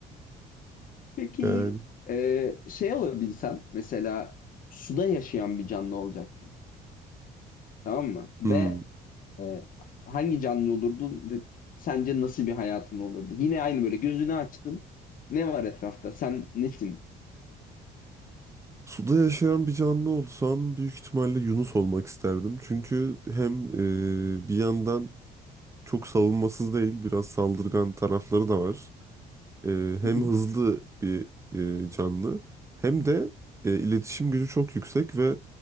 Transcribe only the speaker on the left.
Peki
e, şey olabilsen mesela suda yaşayan bir canlı olacaksın tamam mı? Ve
e, hangi canlı olurdun ve sence nasıl bir hayatın olurdu? Yine aynı böyle gözünü açtın. Ne var etrafta? Sen nesin?
Hı hı.